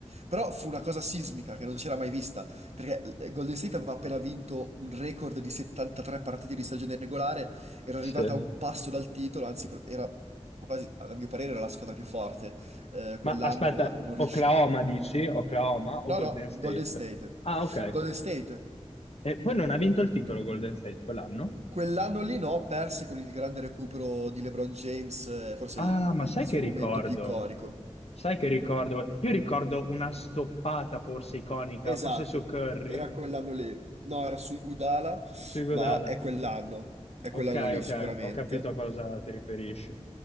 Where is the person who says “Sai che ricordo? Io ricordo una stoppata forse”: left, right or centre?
Left